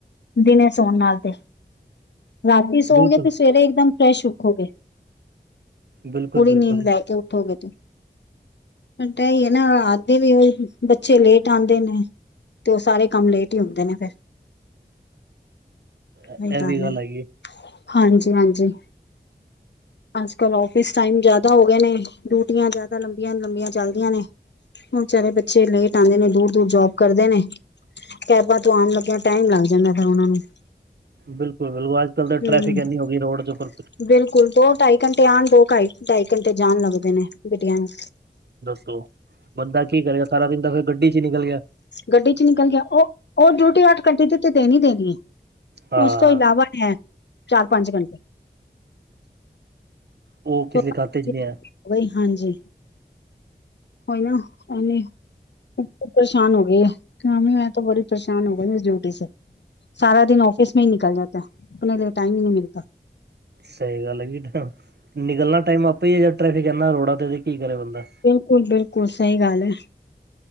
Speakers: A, on the left; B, on the right.
A: ਦਿਨੇ ਸੌਣ ਨਾਲ ਤੇ। ਰਾਤੀ ਸੋੲਗੇ
B: ਬਿਲਕੁਲ
A: ਤੇ ਸਵੇਰੇ ਇਕਦਮ ਫਰੈਸ਼ ਉਠੋਗੇ
B: ਬਿਲਕੁਲ
A: ਪੂਰੀ
B: ਬਿਲਕੁਲ
A: ਨੀਂਦ ਲੈ ਕੇ ਉਠੋਗੇ ਏਦਾਂ ਹੀ ਹੈ ਨਾ, ਰਾਤ ਦੇ ਵੀ ਬੱਚੇ ਲੇਟ ਆਂਉਦੇ ਨੇ ਤੇ ਉਹ ਸਾਰੇ ਕੰਮ ਲੇਟ ਹੀ ਹੁੰਦੇ ਨੇ ਫੇਰ
B: ਇਹ
A: ਏਹ ਹੀ ਗੱਲ
B: ਵੀ
A: ਹੈ
B: ਹੈਗੀ
A: ਹਾਂਜੀ, ਹਾਂਜੀ ਅੱਜ-ਕੱਲ੍ਹ ਔਫਿਸ ਟਾਈਮ ਜ਼ਿਆਦਾ ਹੋ ਗਏ ਨੇ, ਡਿਊਟੀਆਂ ਜ਼ਿਆਦਾ ਲੰਬੀਆਂ- ਲੰਬੀਆਂ ਚੱਲਦੀਆਂ ਨੇ। ਹੁਣ ਵਿਚਾਰੇ ਬੱਚੇ ਲੇਟ ਆਂਦੇ ਨੇ, ਦੂਰ-ਦੂਰ ਜੋਬ ਕਰਦੇ ਨੇ। ਕੈਬਾਂ ਤੋਂ ਆਨ ਲੱਗਿਆ ਟਾਈਮ ਲੱਗ ਜਾਂਦਾ, ਫੇਰ ਉਹਨਾਂ ਨੂੰ।
B: ਬਿਲਕੁਲ ਬਿਲ ਅੱਜ-ਕੱਲ ਤਾਂ
A: ਹਮ
B: ਟਰੈਫਿਕ ਇੰਨੀ ਹੋ ਗਈ ਏ, ਰੋਡ ਦੇ ਉਪਰ।
A: ਬਿਲਕੁਲ ਦੋ ਢਾਈ ਘੰਟੇ ਆਣ, ਦੋ ਢਾਈ ਘੰਟੇ ਜਾਣ ਲੱਗਦੇ ਨੇ, ਬੇਟੀਆਂ ਨੂੰ।
B: ਦੱਸੋ ਬੰਦਾ ਕੀ ਕਰੇਗਾ, ਸਾਰਾ ਦਿਨ ਤਾਂ ਫਿਰ ਗੱਡੀ ਚ ਹੀ ਨਿਕਲ ਗਿਆ।
A: ਗੱਡੀ ਚ ਨਿਕਲ ਗਿਆ, ਉਹ- ਉਹ ਡਿਊਟੀ ਅੱਠ ਘੰਟੇ ਦੀ ਤੇ ਦੇਨੀ ਦੇਨੀ ਐ।
B: ਹਾਂ
A: ਉਸ ਤੋਂ ਇਲਾਵਾ ਐ, ਚਾਰ-ਪੰਜ ਘੰਟੇ।
B: ਉਹ ਕਿਸੇ
A: <unintelligible>
B: ਖਾਤੇ ਚ ਨਹੀਂ ਹੈ
A: ਉਹੀ ਹਾਂਜੀ ਕੋਈ ਨਾ ਔਨੇ ਆ। ਪਰੇਸ਼ਾਨ ਹੋ ਗਏ ਆਂ, ਬਈ ਮੈਂ ਤੋ ਬੜੀ ਪਰੇਸ਼ਾਨ ਹੋ ਗਈ ਇਸ ਡਿਊਟੀ ਸੇ। ਸਾਰਾ ਦਿਨ ਔਫਿਸ ਮੇਂ ਹੀ ਨਿਕਲ ਜਾਤਾ, ਅਪਨੇ ਲੀਏ ਟਾਈਮ ਹੀ ਨਹੀਂ ਮਿਲਤਾ।
B: ਸਹੀ ਗੱਲ ਏ, ਨਿਕਲਣਾ ਟਾਈਮ ਆਪੇ ਹੀ ਆ, ਜਦ ਟ੍ਰੈਫਿਕ ਇੰਨਾ ਰੋਡਾਂ ਤੇ, ਤੇ ਕੀ ਕਰੇ ਬੰਦਾ।
A: ਬਿਲਕੁਲ-ਬਿਲਕੁਲ, ਸਹੀ ਗੱਲ ਏ।